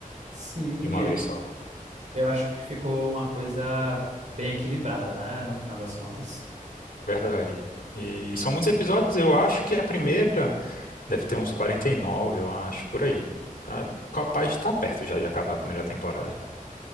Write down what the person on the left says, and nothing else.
de uma vez só.
Verdade. E, são muitos episódios, eu acho que a primeira deve ter uns 49 eu acho, por aí. Tá, capaz de estar perto já de acabar a primeira temporada.